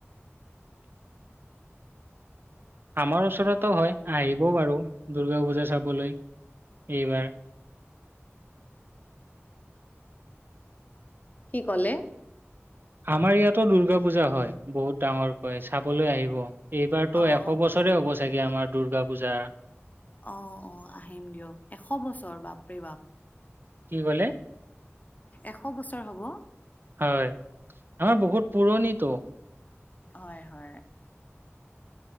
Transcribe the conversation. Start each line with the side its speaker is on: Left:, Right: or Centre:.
Right: আমাৰ ওচৰতো হয়, আহিব বাৰু দূৰ্গা পূজা চাবলৈ এইবাৰ।
Left: কি, ক'লে?
Right: আমাৰ ইয়াতো দুৰ্গা পূজা হয়, বহুত ডাঙৰকৈ চাবলৈ আহিব এইবাৰতো
Left: অ
Right: এশ
Left: অ
Right: বছৰ ৰে, হ'ব চাগে আমাৰ দুৰ্গা পূজা।
Left: অ, অ, আহিম দিয়ক, এশ বছৰ বাপৰে-বাপ।
Right: কি ক'লে?
Left: এশ বছৰ হ'ব?
Right: হয়, আমাৰ বহুত পুৰণিতো।
Left: হয়, হয়।